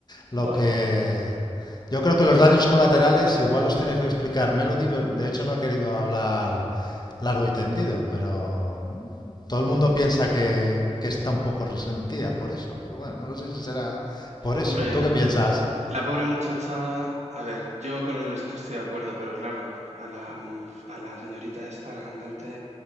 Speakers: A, on the left; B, on the right.
A: Lo
B: Bueno,
A: que yo creo que los daños colaterales igual los tiene que explicar Melody, de hecho no ha querido hablar largo y tendido, pero todo el mundo piensa que, que está un poco resentida por eso, pero bueno, no lo sé si será por eso.
B: hombre,
A: ¿Tú qué piensas,
B: el- la pobre muchacha... A ver, yo con el mensaje estoy de acuerdo, pero claro, a la, mm, a la señorita esta, a la cantante,